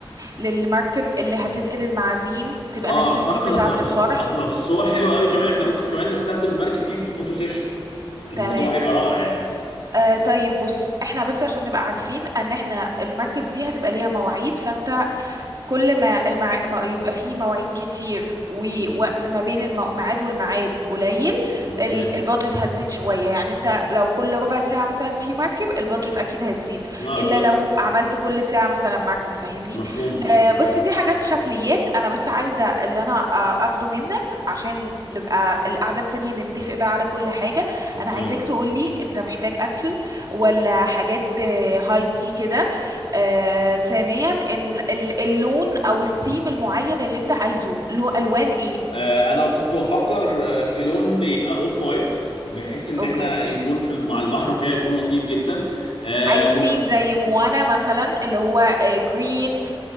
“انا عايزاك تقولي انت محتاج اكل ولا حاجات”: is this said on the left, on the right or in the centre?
Right